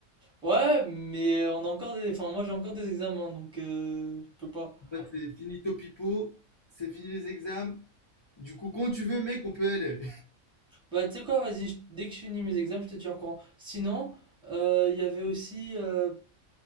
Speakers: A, in the centre; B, on the left.
A: Ouais, mais on a encore des... Enfin, moi j'ai encore des examens, donc euh, je peux pas.
B: Moi, c'est fini Topipo, c'est fini les examens. Du coup, quand tu veux, mec, on peut aller.
A: Bah, tu sais quoi, vas-y, je- dès que je finis mes examens, je te tiens au courant. Sinon, euh, il y avait aussi... Euh...